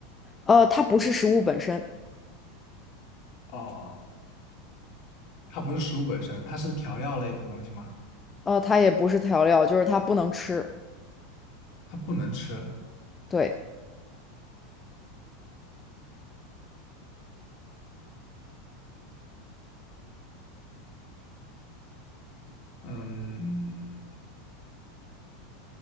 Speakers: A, on the left (about 20°); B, on the left (about 45°).
A: 呃，它不是食物本身，
B: 哦，它不是食物本身，它是调料类的东西吗？
A: 呃，它也不是调料，就是它不能吃。
B: 它不能吃，
A: 对，
B: 嗯，